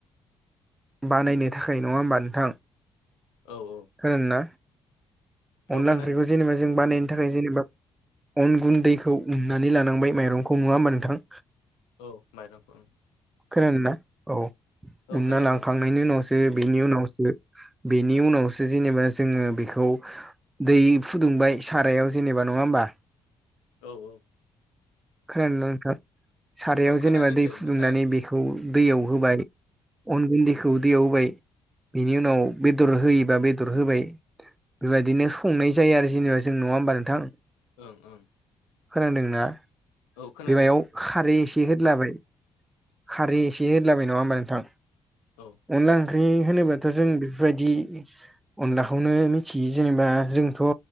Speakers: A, on the right (about 20°); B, on the left (about 80°).
A: बानायनो थाखाय नङा होमबा नोंथां
B: औ औ
A: खोनादोंना
B: औ
A: अनला
B: खोनादों
A: ओंख्रिखौ
B: नोंथां
A: जेनेबा जों बानायनो थाखाय जेनेबा अन गुनदैखौ उननानै लानांबाय माइरंखौ नङा होमबा नोंथां
B: औ माइरंखौ
A: खोनादोंना औ
B: औ
A: उनना
B: खोनादों
A: लांखांनायनि
B: नोंथां
A: उनावसो बेनि उनावसो बेनि उनावसो जेनेबा जोङो बेखौ दै फुदुंबाय सारायाव जेनेबा नङा होमबा
B: औ औ
A: खोनादोंना नोंथां सारायाव
B: औ खोनादों
A: जेनेबा दै
B: दे
A: फुदुंनानै
B: नोंथाङा
A: बे- -खौ दैयाव होबाय अन गुन्दैखौ दैयाव होबाय बिनि उनाव बेदर होयोबा बेदर होबाय बेबायदिनो संनाय जायो आरो जेनेबा जों नङा होमबा नोंथां
B: ओं ओं
A: खोनादोंना
B: औ खोनादों
A: बेयाव
B: नोंथां
A: खारै एसे होदलाबाय खारै
B: ओं
A: एसे होदलाबाय नङा होमबा नोंथां
B: औ
A: अनला ओंख्रि होनोब्लाथ' जों बेफोरबायदि अनलाखौनो मिथियो जेनेबा जोंथ'